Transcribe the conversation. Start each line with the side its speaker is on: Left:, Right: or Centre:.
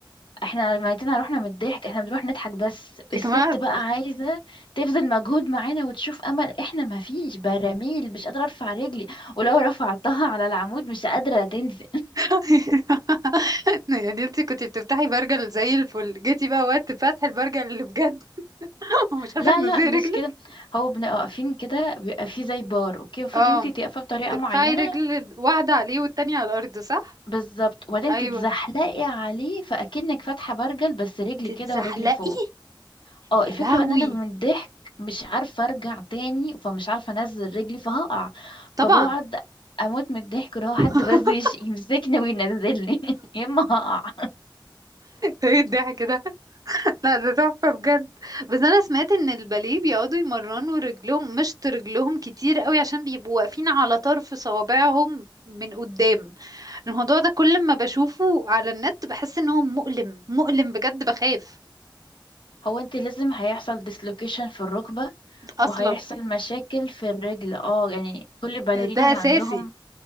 Left: احنا ميتنا رحنا من الضحك احنا بنروح نضحك بس
Right: يا
Left: الست
Right: جماعة
Left: بقى عايزه تبذل مجهود معانا وتشوف امل احنا ما فيش براميل مش قادره ارفع رجلي ولو رفعتها على العمود مش قادره تنزل
Right: <laughs> يعني انتي كنتي بتفتحي برجل زي الفل جيتي بقى وقت فتح البرجل اللي بجد <laughs> ومش عارفة
Left: لا
Right: تنزلي
Left: لا مش
Right: رجلك
Left: كده هو بنبقى واقفين كده بيبقى فيه زي بار اوكي المفروض
Right: اه
Left: انت تقفي بطريقه
Right: ترفعي
Left: معينه
Right: رجل واحدة عليه والتانية على الأرض صح؟
Left: بالظبط وبعدين
Right: أيوة
Left: تتزحلقي عليه فاكنك فاتحه برجل بس رجلي
Right: تتزحلقي
Left: كده ورجلي فوق اه
Right: يا
Left: الفكره
Right: لهوي
Left: بقى ان انا من الضحك مش عارفه ارجع تاني فمش عارفه انزل رجلي فهقع
Right: طبعا
Left: فبقعد اموت من الضحك اللي هو حد
Right: <laughs>
Left: بس يش- يمسكني وينزلني <laughs> يا اما هقع
Right: ايه الضحك ده لا ده تحفة بجد بس انا سمعت ان الباليه بيقعدوا يمرنوا رجلهم مشط رجلهم كتير قوي عشان بيبقوا واقفين على طرف صوابعهم من قدام الموضوع ده كل ما بشوفه على النت بحس ان هو مؤلم مؤلم بجد بخاف
Left: هو انت لازم هيحصل ديسلوكيشن في الركبه
Right: اصلا
Left: وهيحصل مشاكل في الرجل اه يعني كل الباليريناز
Right: ده اساسي
Left: عندهم